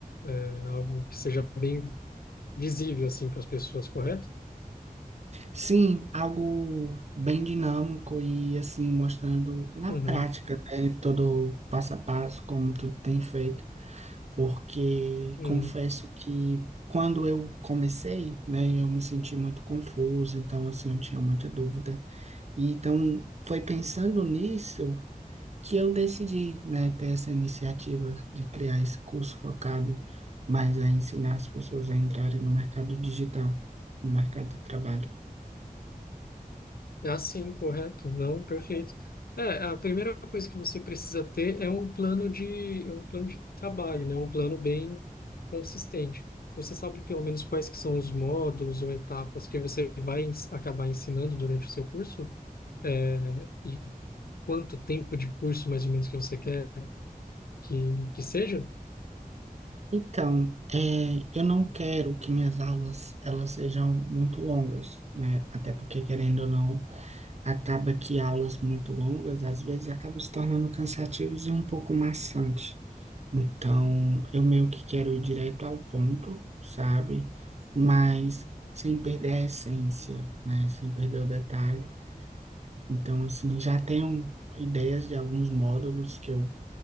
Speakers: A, on the left; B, on the right.
A: é, algo que seja bem visível assim para as pessoas, correto?
B: Sim, algo bem dinâmico e assim mostrando na
A: Uhum,
B: prática, né, todo o passo a passo, como tudo tem feito, porque
A: uhum.
B: confesso que quando eu comecei, né, eu me senti muito confuso, então assim eu tinha muita dúvida. E então foi pensando nisso que eu decidi, né, ter essa iniciativa de criar esse curso focado mais a ensinar as pessoas a entrarem no mercado digital, no mercado do trabalho.
A: Ah, sim, correto. Não, perfeito. É, a primeira coisa que você precisa ter é um plano de um plano de trabalho, né? Um plano bem consistente. Você sabe pelo menos quais que são os módulos ou etapas que você vai ens- acabar ensinando durante o seu curso? É, E quanto tempo de curso mais ou menos que você quer que, que seja?
B: Então, é, eu não quero que minhas aulas elas sejam muito longas, né? Até porque, querendo ou não, acaba que aulas muito longas às vezes acabam se tornando cansativas e um pouco maçante. Então, eu meio que quero ir direto ao ponto, sabe? Mas sem perder a essência, né? Sem perder o detalhe. Então, assim, já tenho ideias de alguns módulos que eu